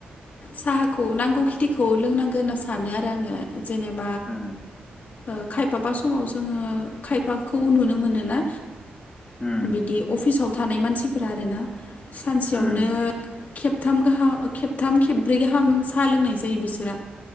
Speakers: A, on the left; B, on the left.
A: साहाखौ नांगौ खिनिखौ लोंनांगौ होनना सानो आरो आङो। जेनेबा
B: ओ
A: ओ खायफाबा समाव जोङो खायफाखौ नुनो मोनो ना
B: उम
A: बिदि अफिसाव थानाय मानसिफोरा आरो ना सानसेयावनो
B: उम
A: खेबथाम गाहाम खेबथाम खेब्रै गाहाम साहा लोंनाय जायो बिसोरा।